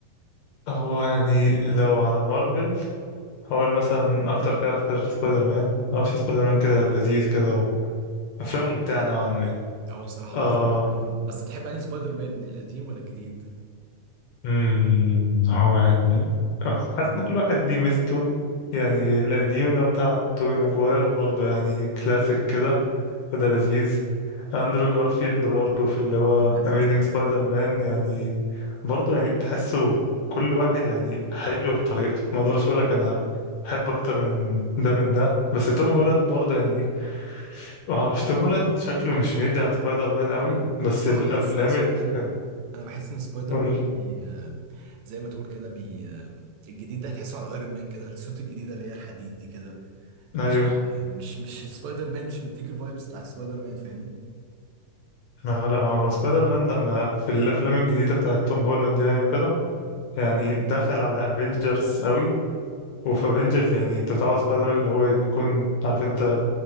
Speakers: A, on the left; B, on the right.
A: هو يعني لو على مارفل هقول مثلا أكتر كاركتر سبايدر مان معرفش سبايدر مان كده لذيذ كده وأفلامه ممتعة نوعا ما
B: هو بصراحة
A: آه
B: هو سبايدر مان بس بتحب أنهي سبايدر مان القديم ولا الجديد؟
A: امم هو يعني آه، حاسس ان كل واحد ليه ميزته يعني القديم اللي هو بتاع توبي ماجواير برضه يعني كلاسيك كده فده لذيذ اندرو جارفيلد برضه في اللي هو
B: كان
A: اميزing
B: لذيذ برضه
A: سبايدر مان يعني برضه يعني تحسه كل واحد يعني حلو بطريقته ما اقدرش اقول لك انا بحب اكتر من ده من ده بس توم هولاند برضه يعني ما اعرفش توم هولاند شكله مش بيدي على سبايدر مان
B: أنا
A: قوي
B: ب... أنا
A: بس
B: بصراحة
A: الافلام
B: بحس إن سبايدر
A: اللي كان
B: مان أنا بحس إن سبايدر
A: قول
B: مان بي... آه، زي ما تقول كده بي... آه، الجديد ده هتحسه على ايرون مان كده السوت الجديدة اللي هي الحديد دي كده مش
A: ايوه
B: آه، مش مش سبايدر مان مش مديك الفايبس بتاعت سبايدر مان فاهمني؟
A: آه، لا هو سبايدر مان لما في الافلام الجديده بتاعت توم هولاند يعني وكده يعني دخل على افنجرز قوي وفي افنجرز يعني انت بتعوز سبايدر مان اللي هو يكون عارف انت